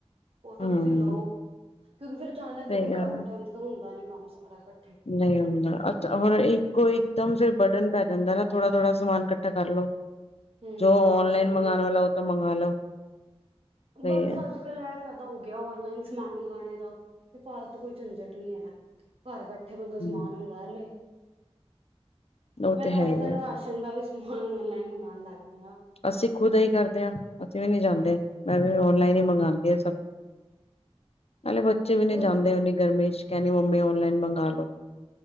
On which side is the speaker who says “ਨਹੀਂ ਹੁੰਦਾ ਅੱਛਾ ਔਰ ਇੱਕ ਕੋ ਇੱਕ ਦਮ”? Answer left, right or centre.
Left